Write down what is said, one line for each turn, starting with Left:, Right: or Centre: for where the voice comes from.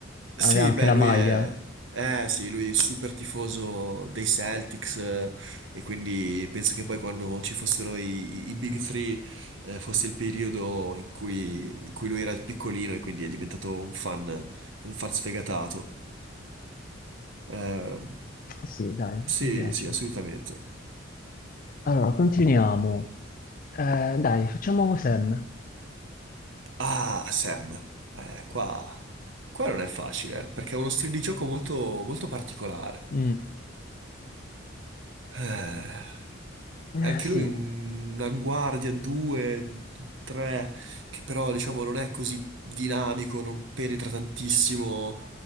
Left: Aveva
Right: Sì,
Left: anche
Right: beh,
Left: la
Right: lui
Left: maglia.
Right: è... Eh sì, lui è super tifoso dei Celtics eh, e quindi penso che poi quando ci fossero i, i Big Three eh, fosse il periodo in cui, in cui lui era piccolino e quindi è diventato un fan, un fan sfegatato. Eh,
Left: Sì, dai,
Right: sì,
Left: mi piace.
Right: sì, assolutamente.
Left: Allora, continuiamo. Eh, dai, facciamo Sam.
Right: Ah, Sam, eh, qua, qua non è facile eh, perché è uno stile di gioco molto, molto particolare.
Left: Mm.
Right: Eh.
Left: Eh,
Right: E anche
Left: sì,
Right: lui un- una guardia, due, tre, che però diciamo non è così dinamico, non penetra tantissimo,